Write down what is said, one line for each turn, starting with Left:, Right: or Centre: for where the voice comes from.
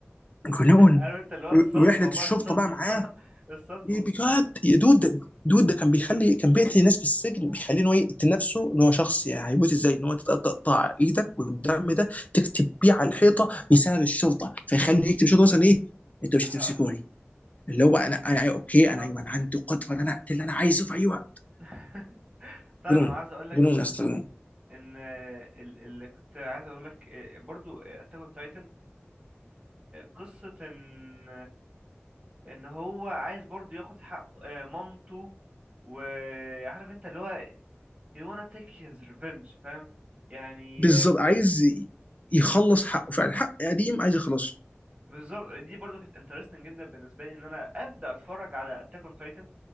Left: جنون
Right: عارف انت اللي هو الصدمة
Left: ر- رحله الشرطه
Right: بقى الصدمة
Left: بقى معاه
Right: <laughs> الصدمة
Left: بجد يا دود دود ده كان بيخلي كان بيقتل ناس في السجن بيخليه ان هو يقتل نفسه ان هو شخص يعني هيموت ازاي ان هو تت- تقطع ايدك والدم ده تكتب بيه على الحيطه مثال الشرطه فيخلي يكتب شرطه مثلا ايه انتوا مش
Right: اها
Left: هتمسكوني اللي هو انا انا أيوة اوكي
Right: اها
Left: انا ايوه انا عندي قدره ان انا اقتل اللي انا عايزه في اي وقت
Right: <laughs> فعلا
Left: جنون
Right: وعايز اقول لك
Left: جنون يا
Right: برضو
Left: اسطى جنون
Right: ان ال- اللي كنت عايز اقول لك آه، برضو اتاك اون تايتن قصة ان ان هو عايز برضو ياخد حق آه، مامته وعارف انت اللي هو he wanna take his revenge فاهم يعني
Left: بالظبط
Right: آه،
Left: عايز يخلص حقه فعلا حق قديم عايز يخلصه
Right: بالظبط دي برضو كانت interesting جدا بالنسبة لي ان انا ابدا اتفرج على اتاك اون تايتن